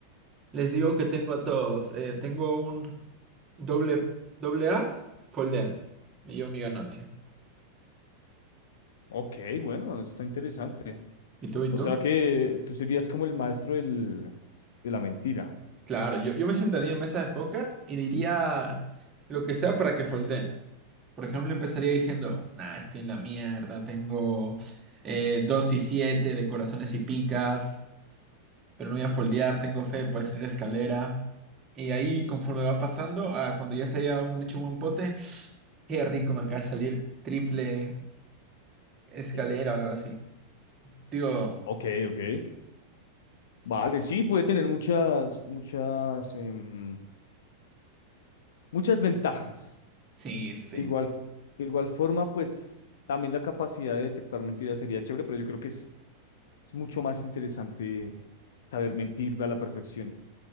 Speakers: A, on the right (about 25°); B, on the left (about 60°).
A: Les digo que tengo a todos, eh, tengo un doble, doble as, foldean. Me llevo mi ganancia.
B: ok, bueno, está interesante.
A: ¿Y tú y
B: O
A: tú?
B: sea que tú serías como el maestro del, de la mentira.
A: Claro, yo, yo me sentaría en mesa de póker y diría lo que sea para que folden. Por ejemplo, empezaría diciendo, nah, estoy en la mierda, tengo eh, 2 y 7 de corazones y picas, pero no voy a foldear, tengo fe, puedes ir a escalera. Y ahí, conforme va pasando, ah, cuando ya se haya un hecho un buen pote, qué rico me acaba de salir triple escalera
B: Sí.
A: o algo así. Digo,
B: Ok, ok. Vale, sí, puede tener muchas, muchas, em, muchas ventajas.
A: sí, sí.
B: De igual, de igual forma, pues también la capacidad de detectar mentiras sería chévere, pero yo creo que es, es mucho más interesante saber mentir a la perfección.